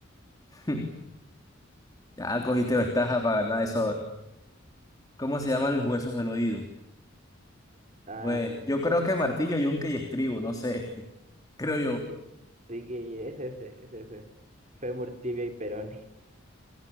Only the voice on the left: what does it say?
<laughs> Ya cogiste ventaja para ganar eso. ahora. ¿Cómo se llaman los huesos del oído?
Pues yo creo que martillo, yunque y estribo, no sé, <laughs> creo yo.